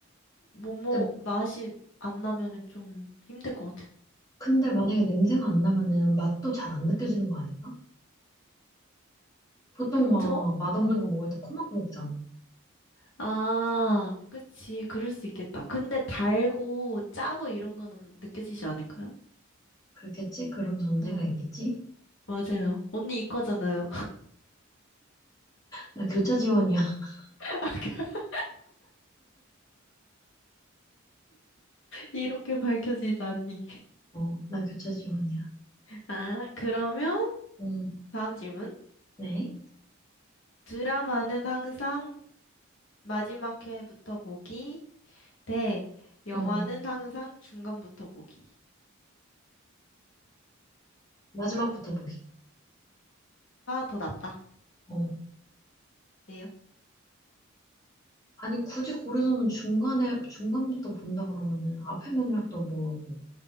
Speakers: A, on the left; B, on the left.
A: 뭐뭐
B: 근데,
A: 맛이 안 나면은 좀 힘들 것 같아요.
B: 근데 만약에 냄새가 안 나면은 맛도 잘 안 느껴지는 거 아닌가? 보통
A: 그쵸?
B: 막 맛없는
A: 응.
B: 거 먹을 때 코 막고 먹잖아.
A: 아, 그치. 그럴 수 있겠다. 근데 달고 짜고 이런 거는 느껴지지 않을까요?
B: 그렇겠지? 그런 전제가
A: 응,
B: 있겠지?
A: 맞아요. 언니 이과잖아요.
B: 나 교차 지원이야. <laughs>
A: <laughs> 이렇게 밝혀지다니.
B: 어, 나 교차 지원이야.
A: 아, 그러면
B: 응,
A: 다음 질문.
B: 네.
A: 드라마는 항상 마지막 회부터 보기 대 영화는
B: 응,
A: 항상 중간부터 보기가
B: 마지막부터 보기.
A: 더 낫다.
B: 어.
A: 예요?
B: 아니, 굳이 고르자면 중간에, 중간부터 본다 그러면은 앞에 맥락도
A: 응,
B: 모르고.